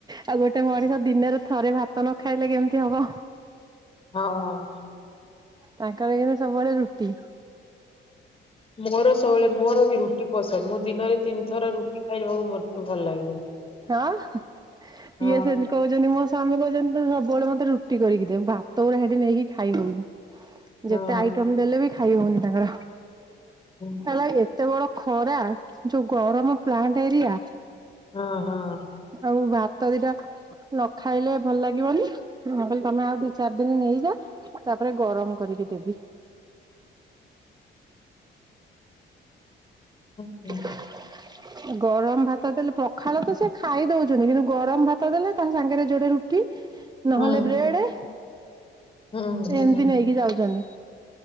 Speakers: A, on the right; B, on the left.
A: ଆଉ ଗୋଟେ ମଣିଷ ଦିନରେ ଥରେ ଭାତ ନ ଖାଇଲେ କେମିତି ହବ।
B: ହଁ।
A: ତାଙ୍କର କିନ୍ତୁ ସବୁବେଳେ ରୁଟି।
B: ମୋର ସବୁବେଳେ ମୋର ବି ରୁଟି ପସନ୍ଦ ମୁଁ ଦିନରେ ତିନି ଥର ରୁଟି ଖାଇବାକୁ ମତେ ଭଲ ଲାଗେ।
A: ହଁ ଇଏ
B: ହଁ
A: ସେମିତି କୋହୁଚନ୍ତି ମୋ ସ୍ୱାମୀ କୋହୁଚନ୍ତି ତମେ ସବୁବେଳେ ମତେ ରୁଟି କରିକି ଦେଏ ଭାତଗୁଡା ସେଠି ନେଇକି ଖାଇହୋଉନି।
B: ହଁ
A: ଯେତେ ଆଇଟମ ଦେଲେ ବି ଖାଇ ହୋଉନି ତାଙ୍କର।
B: ହୁଁ।
A: ହେଲାକି ଏତେ ବଡ ଖରା ଯୋଉ ଗରମ ପ୍ଲାଣ୍ଟ ଏରିଆ।
B: ହଁ ହଁ।
A: ଆଉ ଭାତ ଦିଇଟା ନ ଖାଇଲେ ଭଲ ଲାଗିବନି ମୁ କହିଲି ତମେ ଆଉ ଦିଇ ଚାରି ଦିନ ନେଇଯା। ତାପରେ ଗରମ କରିକି ଦେବି।
B: ହୁଁ ହୁଁ।
A: <unintelligible> ଗରମ ଭାତ ଦେଲେ ପଖାଳ ତ ସେ ଖାଇଦେଉଚନ୍ତି କିନ୍ତୁ ଗରମ ଭାତ ଦେଲେ ତା ସାଙ୍ଗରେ ଯୋଡେ ରୁଟି ନହେଲେ
B: ହୁଁ
A: ବ୍ରେଡ।
B: ହୁଁ ହୁଁ
A: ଏମିତି ନେଇକି ଯାଉଚନ୍ତି।